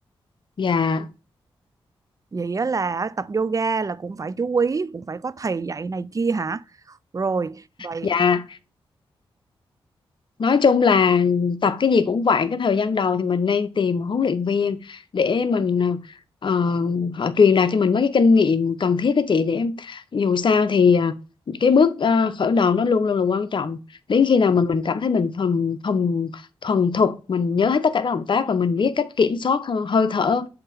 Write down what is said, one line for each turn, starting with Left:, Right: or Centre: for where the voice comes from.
Left: dạ
Right: vậy á là tập yoga là cũng phải chú ý cũng phải có thầy dạy này kia hả rồi vậy
Left: dạ nói chung là tập cái gì cũng vậy cái thời gian đầu thì mình nên tìm một huấn luyện viên để mình ờ, họ truyền đạt cho mình mấy cái kinh nghiệm cần thiết đó chị để dù sao thì à, cái bước à, khởi đầu nó luôn luôn là quan trọng đến khi nào mình mình cảm thấy mình thuần thuần thuần thục mình nhớ hết tất cả các động tác và mình biết cách kiểm soát ờ, hơi thở